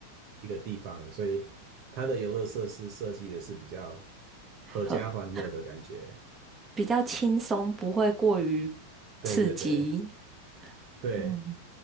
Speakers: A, on the right; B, on the right.
A: 一个地方，所以它的游乐设施设计的是比较合家欢乐的感觉。
B: 和比较轻松，不会过于
A: 对对对
B: 刺激，
A: 对，
B: 嗯